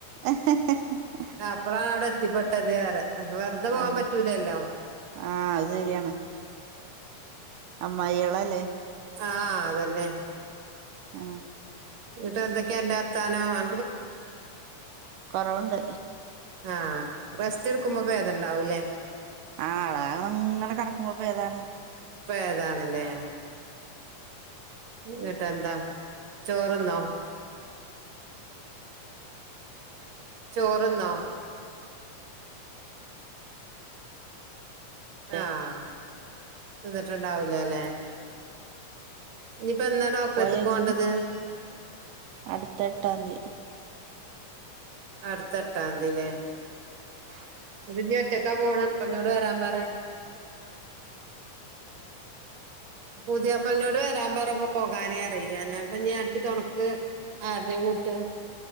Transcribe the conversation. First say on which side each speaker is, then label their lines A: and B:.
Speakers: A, on the right (about 80°); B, on the right (about 60°).
A: ഏഹ് ഹ് ഹ് ഹ്
B: അപ്പളാ അവടെ എത്തിപ്പെട്ടത് ഏറെ വെറുതെ പോവാ
A: ആഹ്
B: പറ്റൂലല്ലോ
A: ആഹ് അത് സെരിയാണ് അമ്മായിയളലേ
B: ആഹ് അതന്നെ
A: ആഹ്
B: ന്ന്ട്ട് എന്തൊക്കെ അന്റെ വർത്താനോ അ
A: കൊറവോണ്ട്
B: ആഹ് റെസ്റ്റ് എടുക്കുമ്പോ ഭേദണ്ടാവൂല്ലേ
A: ആ ആളകാതെങ്ങെനെ കടക്കുമ്പോപ്പോ ഏതാണ്
B: പ്പ ഏതാണല്ലേ ന്ന്ട്ടെന്താ ചോറ്ന്നോ ചോറ്ന്നോ?
A: ല്ലേ
B: ആഹ് തിന്ന്ട്ട്ണ്ടാവൂലല്ലെ ഇനിപ്പ എന്നാ ഡോക്ടറടുത്തക്കു
A: പോയോ ഇജ്ജ്
B: പോണ്ടത്
A: അടുത്ത എട്ടാംതി
B: അടുത്തെട്ടാംതി അല്ലേ <unintelligible> ഒറ്റക്കാ പോണ ഓനോട് വരാൻ പറയ് പുതിയാപ്പള്ളനോട് വരാൻ പറ പോകാ നേ പറയ് അല്ലപ്പ അനക്ക് തൊണക്ക് ആരനേ കുട്ട്കാ